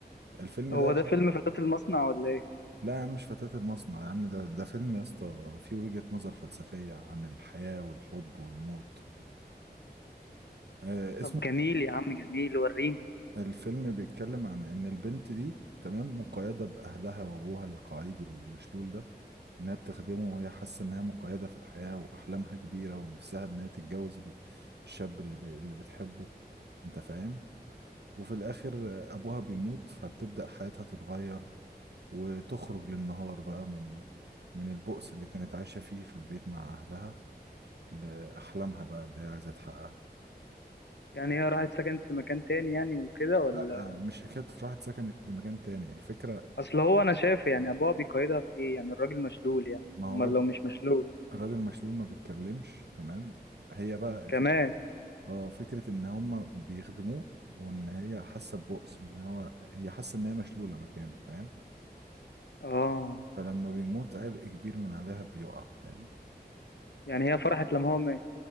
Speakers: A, on the right (about 75°); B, on the left (about 90°).
A: الفيلم
B: هو
A: ده
B: ده فيلم فتاة المصنع ولا ايه
A: لا يا عم مش فتاة المصنع يا عم ده ده فيلم يا اسطى فيه وجهة نظر فلسفية عن الحياة والحب والموت آه اسمه
B: طب جميل يا عم جميل ورينا
A: الفيلم بيتكلم عن ان البنت دي تمام مقيدة باهلها وابوها القعيد المشلول ده انها بتخدمه وهي حاسة انها مقيدة في الحياة واحلامها كبيرة ونفسها انها تتجوز ال- الشاب اللي, ب... اللي بتحبه انت فاهم وفي الاخر ابوها بيموت فبتبدأ حياتها تتغير وتخرج للنهار بقى من من البؤس اللي كانت عايشة فيه في البيت مع اهلها لأحلامها بقى اللي هي عايزة تحققها
B: يعني هي راحت سكنت في مكان تاني يعني وكده ولا
A: لا مش حكاية راحت سكنت لمكان تاني الفكرة
B: اصل هو انا شايف يعني ابوها بيقيدها في ايه يعني الراجل مشلول يعني
A: ما هو
B: امال
A: الراجل
B: لو مش مشلول
A: الراجل مشلول ما بيتكلمش تمام هي بقى
B: كمان
A: فك... اه فكرة ان هم بيخدموه وان هي حاسة ببؤس ان هو هي حاسة ان هي مشلولة مكانه فاهم
B: اه
A: فلما بيموت عبء كبير من عليها بيقع فاهم
B: يعني هي فرحت لما هو مات